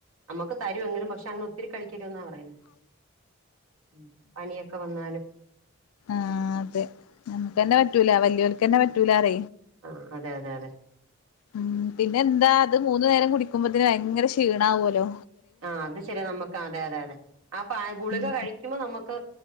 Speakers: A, on the right (about 80°); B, on the left (about 85°).
A: നമുക്ക് തരും എങ്കിലും പക്ഷെ അങ്ങനെ ഒത്തിരി കഴിക്ക രുതെന്ന പറയുന്നെ ഉം പനിയൊക്കെ വന്നാലും
B: ആഹ് അതെ നമുക്ക്ന്നെ പറ്റൂല വലിയോലക്ക്ന്നെ പറ്റൂല പറ
A: ആഹ് അതെ അതെ അതെ
B: ഉം പിന്നെ എന്താ അത് മൂന്നു നേരം കുടിക്കുമ്പോതിന് ഭയങ്കര ക്ഷീണ ആവുല്ലോ
A: ആഹ് അത് ശെരി നമുക്ക് അതെ അതെ അതെ അപ്പാ ഗുളിക
B: ഉം
A: കഴിക്ക ക്കുമ്പോ നമുക്ക്